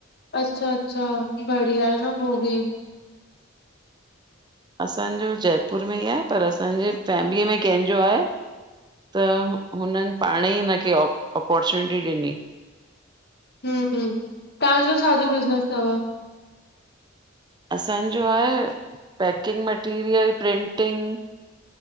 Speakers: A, on the left (about 50°); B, on the right (about 20°).
A: अच्छा अच्छा, बढिया आहे न पोइ बि।
B: असांजो जयपुर में ई आहे, पर असांजे फैमिलीअ में कहिंजो आहे। त हुननि पाणु ई हिन खे अपॉर्चुनिटी ॾिनी।
A: हम् हम्, ताहांजो छाजो बिज़नेस तव?
B: असांजो आहे, पैकिंग मटीरियल, प्रिंटिंग